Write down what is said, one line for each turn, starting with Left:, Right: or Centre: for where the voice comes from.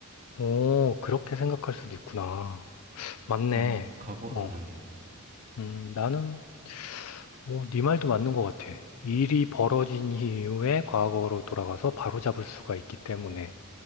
Left: 오, 그렇게 생각할 수도 있구나. 맞네.
Right: 나는 과거를
Left: 어,
Right: 할래.
Left: 음, 나는 어, 네 말도 맞는 것 같아. 일이 벌어진 이후에 과거로 돌아가서 바로잡을 수가 있기 때문에
Right: 어,